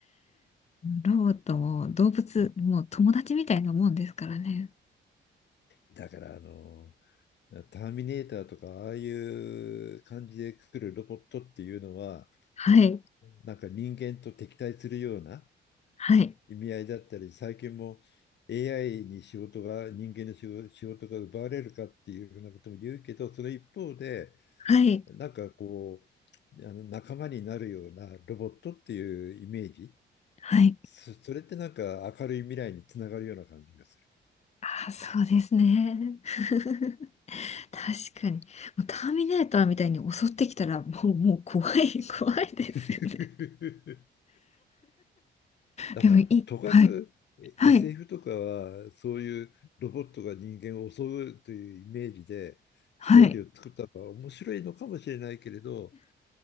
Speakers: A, on the left; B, on the left.
A: ロボットも動物もう友達みたいなもんですからね。
B: だからあの、ターミネーターとか、ああいう感じで来るロボットっていうのは、
A: はい、
B: なんか人間と敵対するような
A: はい、
B: 意味合いだったり、最近も AI に仕事が、人間の仕事仕事が奪われるかっていうふうなことも言うけど、その一方で、
A: はい、
B: なんかこう、あの仲間になるようなロボットっていうイメージ、
A: はい。
B: そ、それってなんか明るい未来につながるような感じがする。
A: ああ、そうですね。<laughs> 確かに。もうターミネーターみたいに襲ってきたらもう、もう怖い、怖いですよね。
B: <laughs> だから、
A: でもいい。
B: とかくえ
A: はい、はい、
B: SF とかは、そういうロボットが人間を襲うというイメージで、
A: はい、
B: ストーリーを作ったのは面白いのかもしれないけれど、